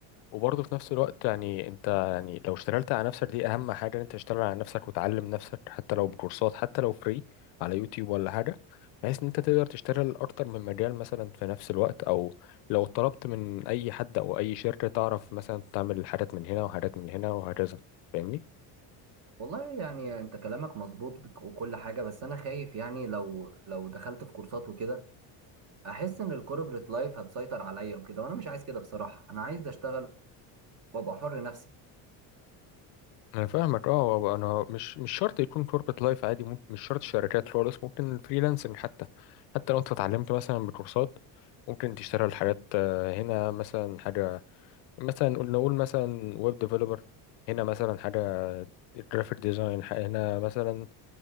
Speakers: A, on the left; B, on the right.
A: وبرضه في نفس الوقت يعني انت يعني لو اشتغلت على نفسك دي اهم حاجه ان انت تشتغل على نفسك وتعلم نفسك حتى لو بكورسات حتى لو فري على يوتيوب ولا حاجه بحيث ان انت تقدر تشتغل اكتر من مجال مثلا في نفس الوقت او لو طلبت من اي حد او اي شركه تعرف مثلا تعمل حاجات من هنا وحاجات من هنا وهكذا فاهمني
B: والله يعني انت كلامك مظبوط بك- وكل حاجه بس انا خايف يعني لو لو دخلت في كورسات وكده احس ان الكوربريت لايف هتسيطر عليا وكده وانا مش عايز كده بصراحه انا عايز اشتغل وابقى حر نفسي
A: انا فاهمك اه هو انا مش مش شرط يكون كوربت لايف عادي ممكن مش شرط شركات خالص ممكن فريلانسنج حتى حتى لو انت اتعلمت مثلا بكورسات ممكن تشتغل حاجات آه، هنا مثلا حاجه مثلا نقول نقول مثلا ويب ديفلوبر هنا مثلا حاجه جرافيك ديزاين هنا مثلا